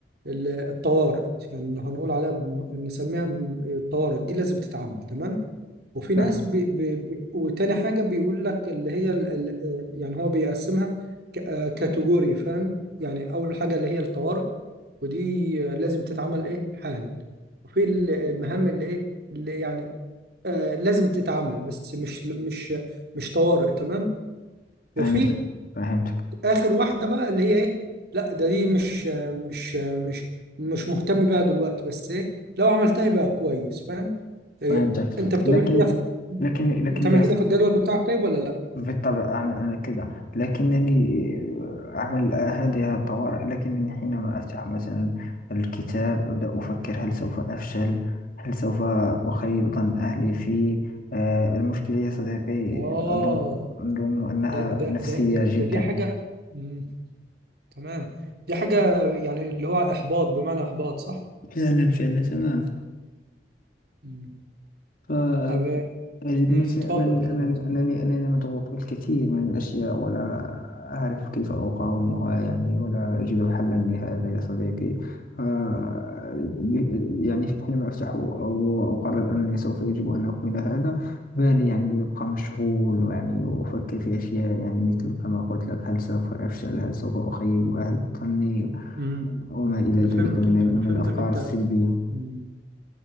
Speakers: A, on the right; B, on the left.
A: ال- الطوارئ يعني اللي هنقول عليها بم- نسميها م- الطوارئ دي لازم تتعمل تمام وفي
B: فه-
A: ناس بي بي بي- وتاني حاجة بيقول لك اللي هي ال ال يعني هو بيقسمها كاتيجوري فاهم يعني أول حاجة اللي هي الطوارئ ودي آه، لازم تتعمل إيه حالا وفي ال- المهام اللي إيه اللي يعني آه لازم تتعمل بس مش مش مش طوارئ تمام وفي
B: فهمتك فهمتك
A: اخر واحده بقى اللي هي ايه لا ده دي مش مش مش مش مهتم بيها دلوقتي بس ايه لو عملتها يبقى كويس فاهم إيه
B: فهمتك
A: انت بتعمل
B: لكن
A: كده في
B: لكن لكن
A: بتعمل
B: يا
A: كده في الجدول بتاعك طيب ولا لا
B: بالطبع أعمل أنا كذا لكنني أعمل هذه الطوارئ لكنني حينما أفتح مثلا الكتاب أبدأ أفكر هل سوف أفشل هل سوف أخيب ظن أهلي فيه آه، المشكلة يا صديقي
A: اه
B: أظن أظن أنها
A: ده ده
B: نفسية
A: ده ده,
B: جدا
A: ده دي حاجه مم. تمام دي حاجه يعني اللي هو احباط بمعنى احباط صح
B: فعلا فعلا تماما
A: مم.
B: ف-
A: أب...
B: أجد
A: مم.
B: نفسي
A: اتفضل
B: أنني
A: اتفضل
B: أنني
A: يا سعد.
B: أنني أنني مضغوط بالكثير من الأشياء ولا أعرف كيف أقاومها يعني ولا أجد حلا لهذا يا صديقي ف- ب- يعني حينما أفتح أو أقرر أنني سوف يجب أن أكمل هذا بالي يعني يبقى مشغول يعني وأفكر في أشياء يعني مثل كما قلت لك هل سوف أفشل هل سوف أخيب أهل ظني
A: مم.
B: وما إلى
A: انا
B: ذلك
A: فهمتك
B: من
A: انا
B: من
A: فهمتك
B: الأفكار
A: انت
B: السلبية
A: مم.